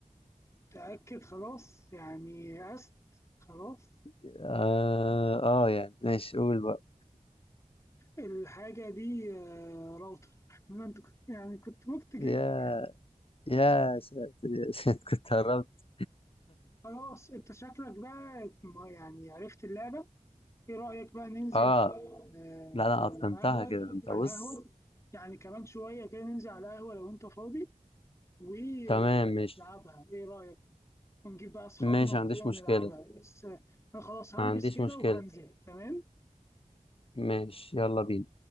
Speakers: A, on the left (about 20°); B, on the left (about 40°).
A: تأكد خلاص يعني أست خلاص
B: اه, آه يعني ماشي قول بقى
A: الحاجة دي آه، راوتر <laughs> ما انت كنت يعني كنت ممكن تجيبها
B: يا يا ساتر يا <laughs> ساتر كنت قربت
A: خلاص انت شكلك بقى ما يعني عرفت اللعبة ايه رأيك بقى ننزل
B: اه
A: في آه،
B: لا لا
A: في القهوة
B: اتقنتها كده انت
A: على
B: بص
A: القهوة يعني كمان شوية كده ننزل على القهوة لو انت فاضي ونلعبها
B: تمام ماشي
A: ايه رأيك ونجيب بقى اصحابنا
B: ماشي
A: وكده
B: ما عنديش
A: ونلعبها
B: مشكلة
A: بس آه، انا خلاص هلبس
B: ما عنديش
A: كده
B: مشكلة
A: وهنزل تمام
B: ماشي يلا بينا